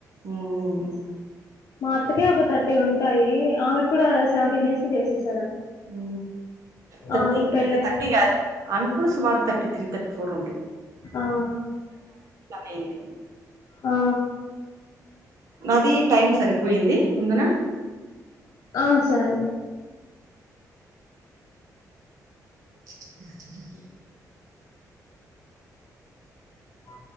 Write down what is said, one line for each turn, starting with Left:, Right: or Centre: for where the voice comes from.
Right: హ్మ్.
Left: మా అత్తకే ఒక థర్టీ ఉంటాయి ఆమెకు కూడా సేవెంటీన్ ఇయర్స్ కి చేసేస్
Right: ఉ థర్టీ
Left: ఆమెకు పెళ్ళై
Right: థర్టీ కాదులే ఆమెకుడా సుమారు తర్టీ త్రీ తర్టీ ఫోర్ ఉంటయి
Left: ఆ
Right: అయింది
Left: ఆ
Right: నాది టైం సరిపోయింది ఉందునా
Left: ఆ సరే
Right: <inaudible>
Left: ఆ